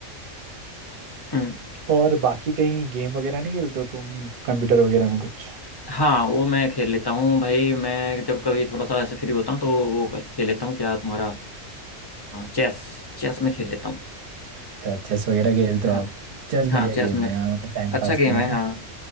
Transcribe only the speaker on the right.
और बाकी कहीं गेम वगैरह नहीं खेलते हो तुम कंप्यूटर वगैरह में कुछ
अच्छा चेस वगैरह खेलते
हो आप चेस
बढ़िया
गेम
है यार मतलब टाइम
पास
के लिए
ना